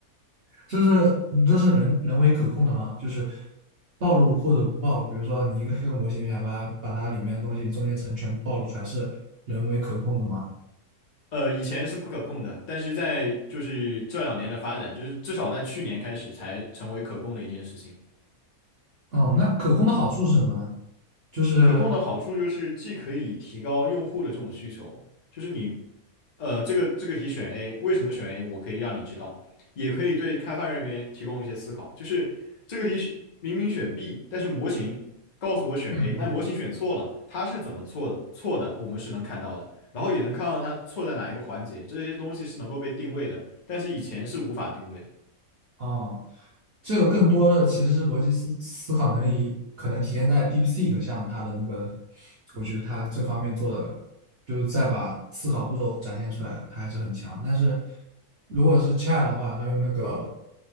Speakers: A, on the right (about 55°); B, on the left (about 45°).
A: 这是这是人人为可控的吗？就是暴露或者不暴露，比如说你一个黑客模型，你想把它把它里面的东西中间层全部暴露出来，是人为可控的吗？
B: 呃，以前是不可控的，但是在就是这两年的发展，就是至少在去年开始才成为可控的一件事情。
A: 哦，那可控的好处是什么呢？就是
B: 可控的好处就是既可以提高用户的这种需求，就是你，呃，这个这个题选 A，为什么选 A？我可以让你知道，也可以对开发人员提供一些思考。就是这个题选明明选 B，但是模型告诉我选
A: 为什么会？
B: A，那模型选错了，它是怎么错的？错的，我们是能看到的，然后也能看到它错在哪一个环节，这些东西是能够被定位的，但是以前是无法定位的。
A: 哦这个更多的其实是逻辑思思考能力，可能体现在 DeepSeek 像它的那个，我觉得它这方面做的，就是在把思考步骤展现出来，它还是很强。但是如果是 Chat 的话，它用那个